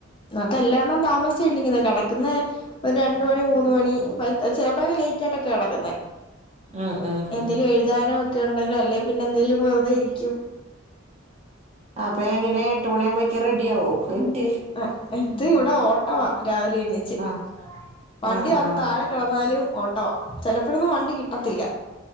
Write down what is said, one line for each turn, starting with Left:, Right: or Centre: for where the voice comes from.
Left: ഇന്നത്തെ എല്ലാണ്ണം താമസിച്ചണീക്കുന്നെ കടക്കുന്നേ ഇപ്പോ രണ്ട്മണി മൂന്ന്മണി ഇപ്പത്തെ ചെലപ്പോക്കെ ലേയ്റ്റായിട്ട കെടക്കുന്നേ
Right: ഉം ഉം
Left: എന്തേലും
Right: ഉം
Left: എഴുതാനോഒക്കെ ഉണ്ടെങ്കും അല്ലെപിന്നെ എന്തെലും വെറുതെ ഇരിക്കും.
Right: അപ്പൊ അങ്ങനെ എട്ട് മണിയാഉമ്പോേക്ക് റെഡിയാവോ ഹ് ട്ടി
Left: അഹ് അത് ഇവിടെഓട്ടവാ രാവിലെ എണീച്ച്
Right: ആഹ്
Left: വണ്ടിവന്ന്
Right: ആഹ് ആഹ്
Left: താഴെ കെ വന്നാലും ഓട്ടവാ ചെലപ്പോഴൊന്നും വണ്ടികിട്ടത്തില്ല